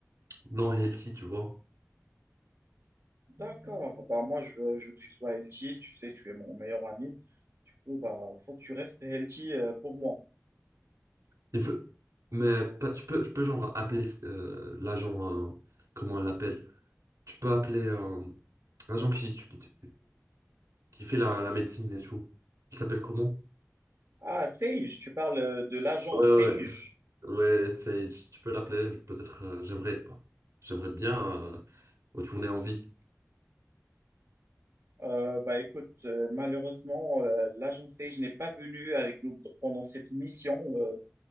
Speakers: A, on the right; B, on the right.
A: non healthy, tu vois.
B: D'accord. Bah, moi, je veux, je veux que tu sois healthy. Tu sais, tu es mon meilleur ami. Du coup, bah, faut que tu restes healthy euh, pour moi.
A: Il faut... Mais pas- tu peux, tu peux genre appeler euh, l'agent, euh, comment on l'appelle? Tu peux appeler euh, l'agent qui, qui, qui, qui fait la, la médecine et tout. Il s'appelle comment?
B: Ah, Sage, tu parles euh, de l'agent
A: Ouais,
B: Sage.
A: ouais, ouais, Ouais, c'est, tu peux l'appeler, peut-être, euh, j'aimerais pas. J'aimerais bien euh, retourner en vie.
B: Euh, bah, écoute, euh, malheureusement, euh, l'agent Sage n'est pas venu avec nous pendant cette mission. Euh,